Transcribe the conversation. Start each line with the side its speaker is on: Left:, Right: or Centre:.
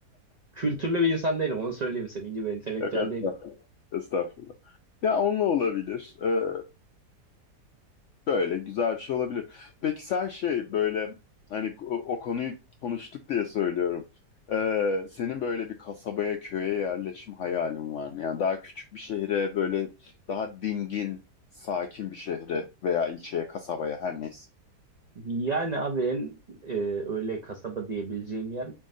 Right: Kültürlü bir insan değilim onu söyleyeyim. Senin gibi entelektüel
Left: Yok estağfurullah.
Right: değilim.
Left: Estağfurullah. Ya onunla olabilir. Ee, Şöyle güzel bir şey olabilir. Peki sen şey böyle hani o, o konuyu konuştuk diye söylüyorum. Ee, senin böyle bir kasabaya, köye yerleşim hayalin var mı? Yani daha küçük bir şehre böyle daha dingin, sakin bir şehre veya ilçeye, kasabaya her neyse.
Right: Yani abi en e, öyle kasaba diyebileceğim yer